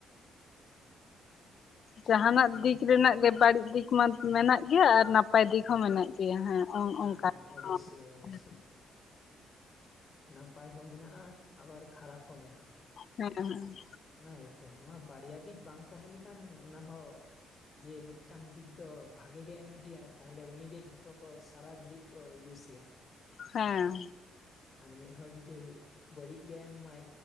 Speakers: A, on the left (about 55°); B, on the left (about 40°).
A: ᱡᱟᱦᱟᱸ ᱱᱟᱜ
B: ᱛᱟᱦᱮᱸ
A: ᱫᱤᱠ ᱨᱮᱱᱟᱜ ᱜᱮ ᱵᱟᱲᱤᱡ ᱫᱤᱠ ᱢᱟ ᱢᱮᱱᱟᱜ ᱜᱮᱭᱟ ᱟᱨ ᱱᱟᱯᱟᱭ ᱫᱤᱠ ᱦᱚᱸ ᱢᱮᱱᱟᱜ ᱜᱮᱭᱟ ᱦᱮᱸ ᱚᱝ ᱚᱝᱠᱟ
B: ᱦᱮᱸ
A: <unintelligible>
B: ᱚᱵᱚᱥᱥᱳᱭ ᱚᱵᱚᱥᱥᱳᱭ ᱱᱟᱯᱟᱭ ᱦᱚᱸ ᱢᱮᱱᱟᱜᱼᱟ ᱟᱵᱟᱨ ᱠᱷᱟᱨᱟᱯ ᱦᱚᱸ ᱢᱮᱱᱟᱜᱼᱟ᱾
A: ᱦᱮᱸ ᱦᱮᱸ᱾
B: ᱚᱱᱟ ᱜᱮᱛᱚ ᱱᱚᱣᱟ ᱵᱟᱨᱭᱟ ᱫᱤᱠ ᱵᱟᱝ ᱛᱟᱦᱮᱸ ᱞᱮᱠᱷᱟᱱ ᱚᱱᱟ ᱦᱚᱸ ᱡᱮ ᱢᱤᱫᱴᱟᱝ ᱫᱤᱠ ᱫᱚ ᱵᱷᱟᱜᱮ ᱜᱮ ᱮᱢ ᱤᱫᱤᱭᱟᱭ ᱛᱟᱦᱞᱮ ᱩᱱᱤᱜᱮ ᱡᱷᱚᱛᱚ ᱠᱚ ᱥᱟᱨᱟ ᱜᱷᱟᱹᱲᱤᱡ ᱠᱚ ᱤᱭᱩᱥᱮᱭᱟ᱾ <unintelligible>
A: ᱦᱮᱸ᱾
B: ᱟᱨ ᱢᱤᱫ ᱦᱚᱲ ᱡᱩᱫᱤ ᱵᱟᱹᱲᱤᱡ ᱜᱮ ᱮᱢᱟᱭ